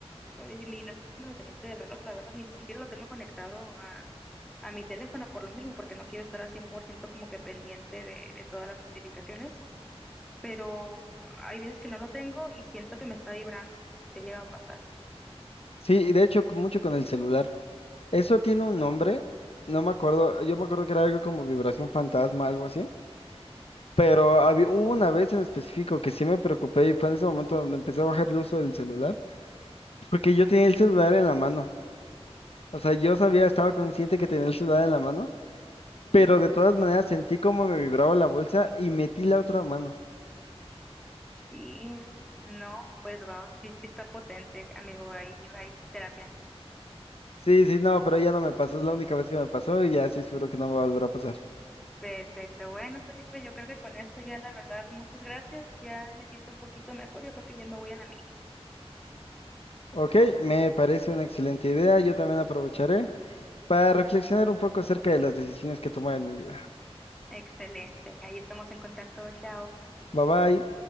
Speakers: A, in the centre; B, on the left.
A: eh, y no estoy tan al pendiente del reloj, la verdad, ni, ni siquiera lo tengo conectado a, a mi teléfono por lo mismo, porque no quiero estar al 100% como que pendiente de, de todas las notificaciones, pero hay veces que no lo tengo y siento que me está vibrando, no sé si te llega a pasar.
B: Sí, y de hecho con- mucho con el celular. Eso tiene un nombre, no me acuerdo, yo me acuerdo que era algo como vibración fantasma, algo así. Pero había, hubo una vez en específico que sí me preocupé y fue en ese momento donde empecé a bajar el uso del celular, porque yo tenía el celular en la mano. O sea, yo sabía, estaba consciente que tenía el celular en la mano, pero de todas maneras sentí como me vibraba la bolsa y metí la otra mano.
A: Y no, pues va, sí, sí está potente, amigo, ahí, ahí terapia.
B: Sí, sí, no, pero ya no me pasó, es la única vez que me pasó y ya estoy seguro que no me va a volver a pasar.
A: Perfecto. Bueno, Felipe, yo creo que con esto ya la verdad, muchas gracias. Ya me siento un poquito mejor. Yo creo que ya me voy a la mini.
B: Ok, me parece una excelente idea, yo también aprovecharé para reflexionar un poco acerca de las decisiones que tomé en mi vida.
A: Excelente. Ahí estamos en contacto. Chao.
B: Bye bye.